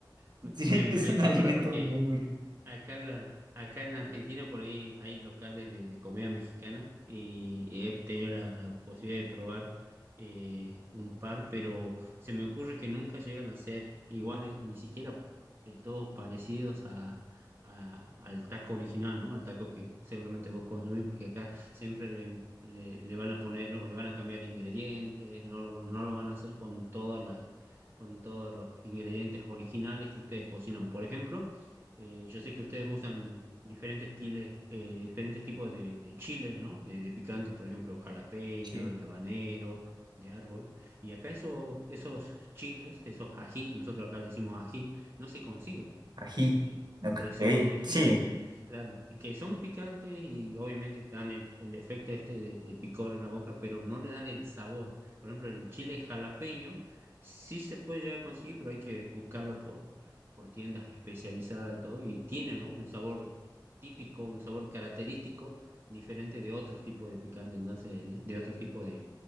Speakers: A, on the right (about 30°); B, on the right (about 60°).
A: Me,
B: <laughs> sí,
A: me
B: es
A: me ha hecho
B: un alimento
A: acordar porque
B: muy, muy rico.
A: Acá, la, acá en Argentina por ahí hay locales de, de comida mexicana y, y he tenido la, la posibilidad de probar eh, un par, pero se me ocurre que nunca llegan a ser iguales, ni siquiera del todo parecidos a, a- al taco original, ¿no? Al taco que seguramente vos consumís, porque acá siempre le, le- le van a poner o le van a cambiar ingredientes, no, no lo van a hacer con toda la, con todos los ingredientes originales que ustedes cocinan, por ejemplo. Eh, yo sé que ustedes usan diferentes estiles, eh, diferentes tipos de, de chiles, ¿no? De, de picantes, por ejemplo, jalapeño,
B: Sí.
A: el habanero, de árbol. Y acá eso- esos chiles, esos ají, nosotros acá le decimos ají, no se consiguen
B: Ají.
A: eh,
B: Ok,
A: eh, son otros tipos,
B: sí.
A: claro, y que son picantes y obviamente dan el, el efecto este de, de picor en la boca, pero no le dan el sabor. Por ejemplo, el chile jalapeño sí se puede llegar a conseguir, pero hay que buscarlo por, por tiendas especializadas de todo y tiene, ¿no? un sabor típico, un sabor característico diferente de otros tipos de picante, entonces de otros tipos de